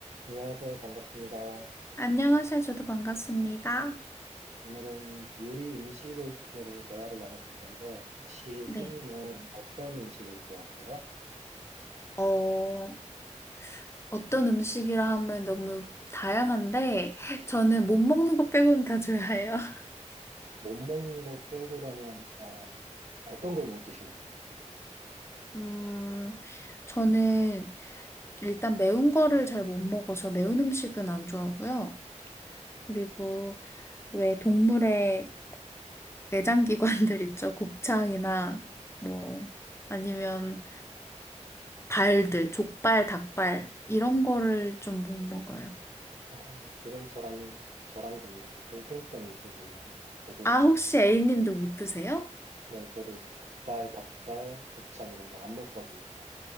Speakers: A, on the right; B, on the left.
A: 안녕하세요. 반갑습니다.
B: 안녕하세요. 저도 반갑습니다.
A: 오늘은 요리 음식을 주제로 대화를 나눠볼 건데, 혹시
B: 네.
A: 삐님은 어떤 음식을 좋아하세요?
B: 어, 어떤 음식이라 하면 너무 다양한데, 저는 못 먹는 거 빼고는 다 좋아해요. <laughs>
A: 못 먹는 거 빼고라면, 어, 떤 걸 못 드시는데요?
B: 음, 저는 일단 매운 거를 잘 못 먹어서 매운 음식은 안 좋아하고요. 그리고 왜 동물의 내장기관들 <laughs> 있죠? 곱창이나 뭐, 아니면 발들, 족발, 닭발, 이런 거를 좀 못 먹어요.
A: 어, 그건 저랑, 저랑 좀 이렇게 공통점이 있으시네요. 저도,
B: 아, 혹시 A님도 못 드세요?
A: 네, 저도 족발, 닭발, 곱창 이런 거 안 먹거든요.